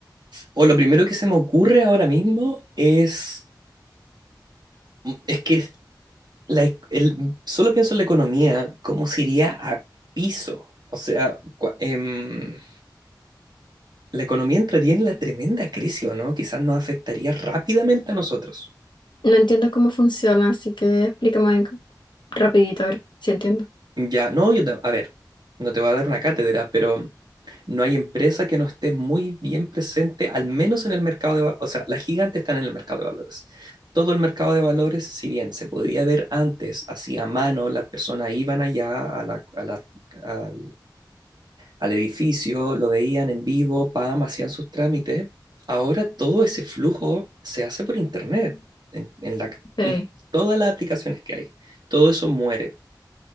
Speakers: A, on the right; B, on the left.
A: o lo primero que se me ocurre ahora mismo es, mm, es que la e- el- solo pienso en la economía, cómo se iría a piso. O sea, cua- em, la economía entraría en la tremenda crisis, ¿o no? Quizás nos afectaría rápidamente a nosotros.
B: No entiendo cómo funciona, así que explícame rapidito a ver si entiendo.
A: Ya, no, yo, ta- a ver, no te voy a dar una cátedra, pero no hay empresa que no esté muy bien presente, al menos en el mercado de valores. O sea, las gigantes están en el mercado de valores. Todo el mercado de valores, si bien se podía ver antes, así a mano, las personas iban allá a la- a la- al, al edificio, lo veían en vivo, pam, hacían sus trámites. Ahora todo ese flujo se hace por internet, en, en la,
B: Ok.
A: en todas las aplicaciones que hay. Todo eso muere